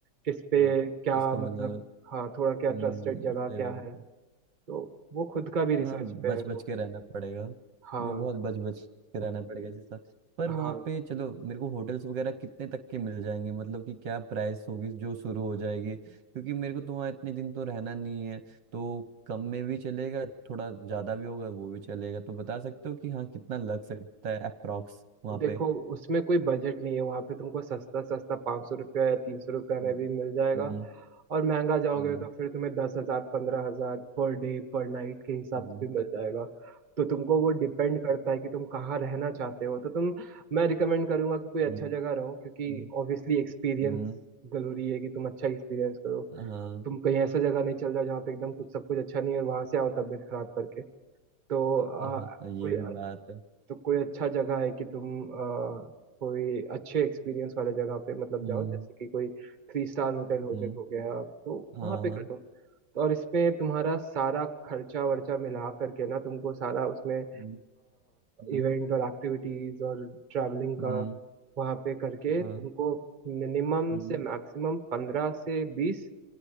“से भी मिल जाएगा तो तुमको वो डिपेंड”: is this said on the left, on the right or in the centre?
Right